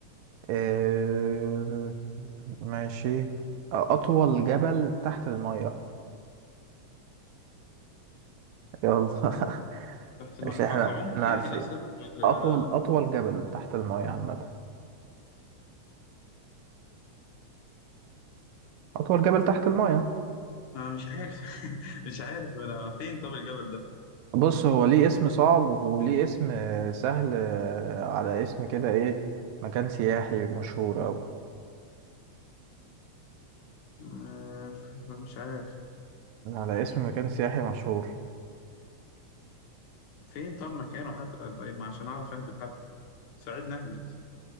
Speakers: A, on the right (about 80°); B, on the left (about 85°).
A: آه، ماشي اطول جبل تحت المية يلا <laughs>
B: تحت الم...
A: مش احنا
B: آه، كعمق
A: احنا
B: يعني
A: عارفين
B: قصدك ولا
A: اطول اطول جبل تحت المية عامة أطول جبل تحت المايه
B: ما مش عارف <laughs> مش عارف ولا فين طب الجبل ده
A: بص هو ليه اسم صعب وليه اسم آه، سهل آه، على اسم كده إيه مكان سياحي مشهور أوي
B: آه، ف- ف- مش عارف
A: على اسم مكان سياحي مشهور
B: فين طب مكانه حتى طيب ما عشان اعرف اهبط حتى ساعدني اهبط